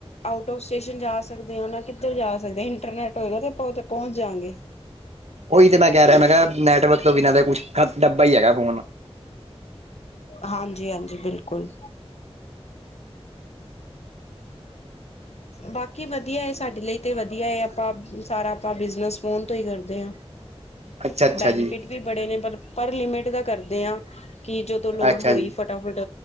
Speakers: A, on the left; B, on the right.
A: ਆਊਟ ਆਫ ਸਟੇਸ਼ਨ ਜਾ ਸਕਦੇ ਹ ਉਹ ਕਿੱਧਰ ਜਾ ਸਕਦੇ ਇੰਟਰਨੈਟ ਹੋਏਗਾ ਤੇ ਆਪਾਂ ਉੱਥੇ ਪਹੁੰਚ ਜਾਗੇ
B: ਉਹੀ ਤੇ ਮੈਂ ਕਹਿ ਰਿਹਾ ਮੈਂ ਕਿਹਾ ਨੈਟਵਰਕ ਤੋਂ ਬਿਨਾਂ ਤੇ ਕੁਛ ਡੱਬਾ ਹੀ ਹੈਗਾ ਫੋਨ
A: ਹਾਂਜੀ ਹਾਂਜੀ ਬਿਲਕੁਲ ਬਾਕੀ ਵਧੀਆ ਸਾਡੇ ਲਈ ਤੇ ਵਧੀਆ ਹੈ ਆਪਾਂ ਸਾਰਾ ਆਪਾਂ ਬਿਜਨਸ ਫੋਨ ਤੋਂ ਹੀ ਕਰਦੇ ਹਾਂ,
B: ਅੱਛਾ ਅੱਛਾ
A: ਬੈਨੀਫਿਟ
B: ਜੀ
A: ਵੀ ਬੜੇ ਨੇ ਪਰ, ਪਰ ਲਿਮਿਟ ਦਾ ਕਰਦੇ ਆਂ, ਕਿ ਜਦੋ ਲੋੜ
B: ਅੱਛਾ
A: ਹੋਈ
B: ਜੀ
A: ਫ ਫਟਾਫਟ